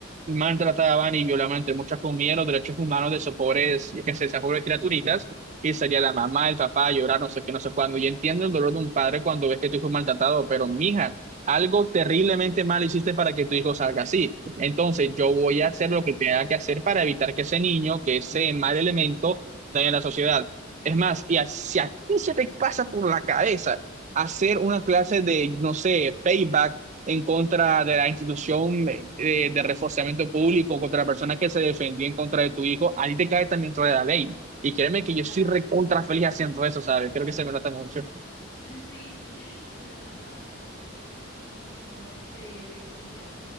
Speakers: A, on the right (about 35°); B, on the left (about 60°).
A: maltrataban y violaban, entre muchas comillas, los derechos humanos de esos pobres, yo qué sé, esas pobres criaturitas, y salía la mamá, el papá, a llorar, no sé qué, no sé cuándo. Y entiendo el dolor de un padre cuando ves que tu hijo es maltratado, pero mija, algo terriblemente mal hiciste para que tu hijo salga así. Entonces, yo voy
B: Claro.
A: a hacer lo que tenga que hacer para evitar que ese niño, que ese mal elemento, dañe la sociedad. Es más, y a- si a ti se te pasa por la cabeza hacer una clase de, no sé, payback en contra de la institución de, de- de reforzamiento público, contra la persona que se defendía en contra de tu hijo, a ti te cae también dentro de la ley. Y créeme que
B: Claro,
A: yo soy recontra feliz haciendo eso, ¿sabes? Creo que se me nota mucho.
B: <laughs> sí, se te nota bastante, pero es que sí, como te decía,